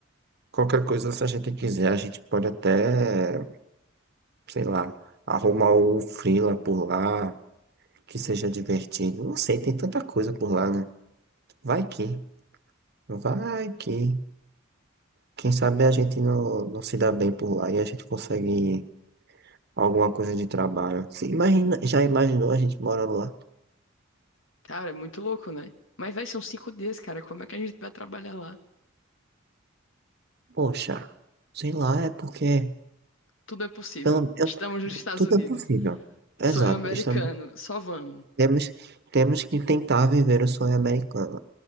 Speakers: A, on the right (about 55°); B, on the left (about 70°).
A: qualquer coisa, se a gente quiser, a gente pode até, sei lá, arrumar um freela por lá, que seja divertido. Não sei, tem tanta coisa por lá, né? Vai que, vai que. Quem sabe a gente não, não se dá bem por lá e a gente consegue alguma coisa de trabalho. Se imagina, já imaginou a gente morando lá?
B: Cara, é muito louco, né? Mas vai, são cinco dias, cara. Como é que a gente vai trabalhar lá?
A: Poxa, sei lá, é porque
B: Tudo é possível.
A: pelo, eu-
B: Estamos nos Estados
A: tudo
B: Unidos.
A: é possível. Exato,
B: Sonho americano.
A: isso é
B: Só vamos.
A: Temos, temos que tentar viver o sonho americano.